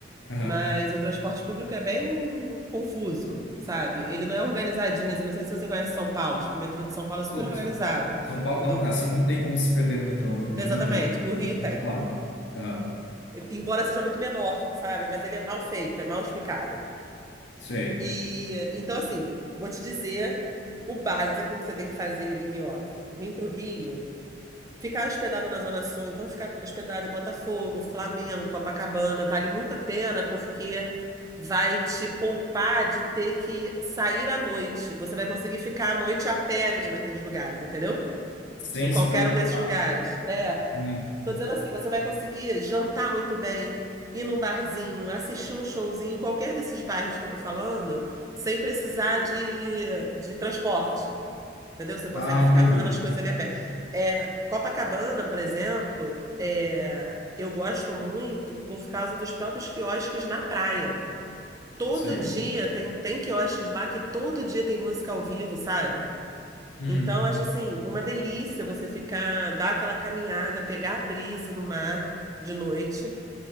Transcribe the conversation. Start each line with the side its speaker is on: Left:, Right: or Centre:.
Left: Aham.
Right: Mas o transporte público é bem confuso, sabe? Ele não é organizadinho, assim, não sei se você conhece São Paulo, tipo, o metrô de São Paulo é super
Left: Putz,
Right: organizado.
Left: São Paulo,
Right: O
Left: não,
Right: do-
Left: assim não tem como se perder no metrô, né?
Right: Exatamente,
Left: É muito,
Right: o Rio
Left: muito
Right: tem.
Left: claro. Aham.
Right: Embora seja muito menor, sabe? Mas ele é mal feito, é mal explicado.
Left: Sei.
Right: E então, assim, vou te dizer o básico que você tem que fazer ali, ó. Vim para o Rio. Ficar hospedado na Zona Sul, então ficar hospedado em Botafogo, Flamengo, Copacabana, vale muito a pena porque vai te poupar de ter que sair à noite. Você vai conseguir ficar à noite a pé ali naqueles lugares, entendeu?
Left: Sem
Right: Em qualquer
Left: se preocupar.
Right: um desses lugares. É,
Left: Hum.
Right: tô dizendo assim, você vai conseguir jantar muito bem, ir num barzinho, assistir um showzinho em qualquer desses bairros que eu tô falando, sem precisar de, de transporte. Entendeu? Você consegue
Left: Ah,
Right: ficar
Left: entendi.
Right: fazendo as coisas ali a pé. É, Copacabana, por exemplo, é, eu gosto muito por causa dos próprios quiosques na praia. Todo
Left: Sei.
Right: dia tem, tem quiosques lá que todo dia tem música ao vivo, sabe?
Left: Uhum.
Right: Então, eu acho assim, uma delícia você ficar, dar aquela caminhada, pegar a brisa do mar de noite